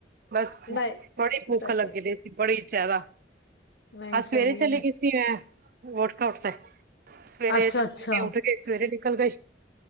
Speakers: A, on the right; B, on the left.
A: ਬਸ
B: ਨਹੀਂ
A: ਬੜੀ ਭੁੱਖ
B: ਸਹੀ
A: ਲੱਗੀ ਦੀ ਸੀ ਬੜੀ ਜਿਆਦਾ।
B: ਨਹੀਂ
A: ਅੱਜ
B: ਸਹੀ
A: ਸਵੇਰੇ ਚਲੀ
B: ਹੈ
A: ਗੀ ਸੀ ਮੈਂ ਵਰਕ ਆਊਟ ਤੇ। ਸਵੇਰੇ
B: ਅੱਛਾ-ਅੱਛਾ
A: ਸਤ ਵਜੇ ਉੱਠ ਕੇ ਸਵੇਰੇ ਨਿਕਲ ਗਈ।